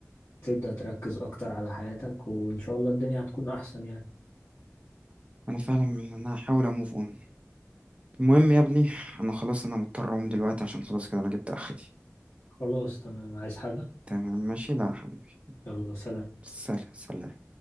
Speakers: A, on the left (about 55°); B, on the right (about 25°).
A: تبدأ تركز اكتر على حياتك وان شاء الله الدنيا هتكون احسن يعني
B: انا فعلا انا هحاول اموف اون المهم يا ابني انا خلاص انا مضطر اقوم دلوقتي عشان خلاص كده انا جبت اخري
A: خلاص تمام عايز حاجة
B: تمام ماشي لا يا حبيبي
A: يلا سلام
B: سلام سلام